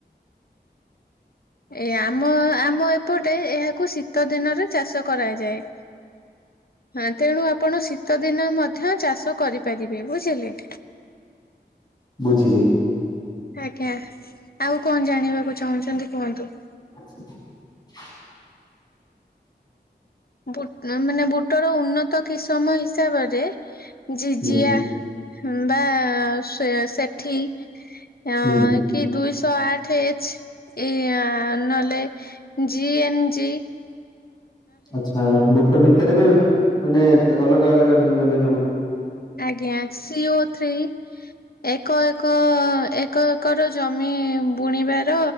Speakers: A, on the left (about 60°); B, on the left (about 25°).
A: ଏ ଆମ ଆମ ଏପଟେ ଏହାକୁ ଶୀତ ଦିନରେ ଚାଷ କରାଯାଏ। ହଁ ତେଣୁ ଆପଣ ଶୀତ ଦିନ ମଧ୍ୟ ଚାଷ କରିପାରିବେ ବୁଝିଲେ।
B: ବୁଝିଲି।
A: ଆଜ୍ଞା ଆଉ କଣ ଜାଣିବାକୁ ଚାହୁଁଛନ୍ତି କୁହନ୍ତୁ।
B: <inaudible>
A: ବୁଟ୍ ମାନେ ବୁଟର ଉନ୍ନତ କିସମ ହିସାବରେ ଜିଜିଆ
B: ହୁଁ
A: ହମ୍ବା ସେୟା ସେଠି ହଁ
B: ହୁଁ।
A: କି ଦୁଇଶହ ଆଠ ଏଚ୍ ଏ ନହେଲେ ଜି ଏନ ଞି
B: ଆଛା ବୁଟ ଭିତରେ ବି ମାନେ ଅଲଗା ଅଲଗା ଭିନ୍ନ ଭିନ
A: ଆଜ୍ଞା ସିଓ ଥ୍ରୀ ଏକ ଏକ ଏକ ଏକର ଜମି ବୁଣିବାର